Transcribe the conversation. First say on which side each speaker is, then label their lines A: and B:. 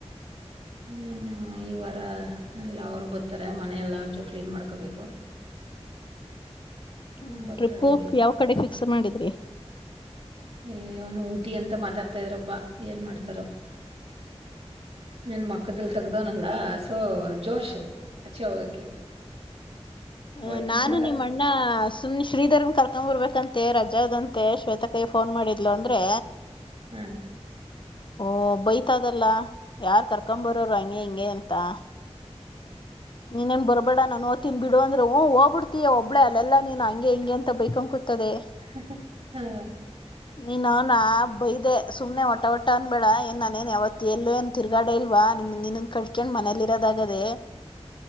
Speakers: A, on the right (about 60°); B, on the left (about 45°).
A: ನೀನು ಈ ವಾರಾ ಎಲ್ಲಾ ಅವರು ಬರ್ತಾರೆ ಮನೇ ಎಲ್ಲಾ ಒಂನ್ ಚೂರ ಕ್ಲೀನ್ ಮಾಡ್ಕೋಬೇಕು.
B: ಹ್ಹ
A: ಬರ್ತಡೆಗೆ
B: ಟ್ರಿಪ್ಪು ಯಾವ ಕಡೆಕ ಫಿಕ್ಸ್ ಮಾಡಿದ್ರಿ.
A: ಏ ಅವನು ಊಟಿ ಅಂತ ಮಾತಾಡ್ತಾ ಇದ್ರಪ್ಪಾ ಏನ್ ಮಾಡ್ತಾರೊ ನಿನ್ ಮಕ್ಕದಲ್ಲಿ ತಗ್ದವನಲ್ಲ ಅಸೊ ಜೋಶು ಅಚ್ಚೆ ಹೋಗಕ್ಕೆ.
B: ಅ
A: ಅವತ್ತಿಂದ
B: ನಾನು ನಿಮ್ಮ ಅಣ್ಣಾಸ್. ಸುಮ್ನ ಶ್ರೀಧರರ್ನ್ ಕರ್ಕೊ ಬರ್ಬೇಕ ಅಂತೆ ರಜ ಇದಂತೆ ಶ್ವೇತಕೈ ಫೋನ್ ಮಾಡಿದ್ಲು ಅಂದ್ರೆ.
A: ಹ್ಮ.
B: ಓ ಬೈತಾದಲ್ಲಾ ಯಾರ್ ಕರ್ಕೊ ಬರೋರು ಹಂಗೆ ಹಿಂಗೆ ಅಂತಾ. ನೀನೆಂಮ್ ಬರೋಬ್. ಬೇಡಾ ನಾನು ಥಿನ್ ಬಿಡೊ ಅಂದ್ರೆ ಹ್ಹೂ ಹೋಗ್ಬಬಿಡ್ತೀಯ ಒಬ್ಳ ಅಲ್ಲೆಲ್ಲ ನೀನು ಹಂಗೆ ಹಿಂಗೆ ಅಂತ ಬೇಕೊನಕುತ್ತದೆ.
A: ಹಹ್ಹ್ ಹಅ.
B: ನೀನ ಅವ್ನಾ ಬೈದೆ ಸುಮ್ನೆ ಒಟ್ಟ ಒಟ್ಟ ಅನ್ಬೇಡಾ ಏನ್ ನಾನೇನ್ ಯವತ್ತ ಎಲ್ಲೂ ಏನ ಥಿರುಗಾಡೆ ಇಲ್ವಾ ನಿಮ್ ನೀನ್ನನ್ ಕಳ್ಕಂಡ್ ಮನೇಯಲ್ಲಿ ಇರೋದಾಗದೆೇ.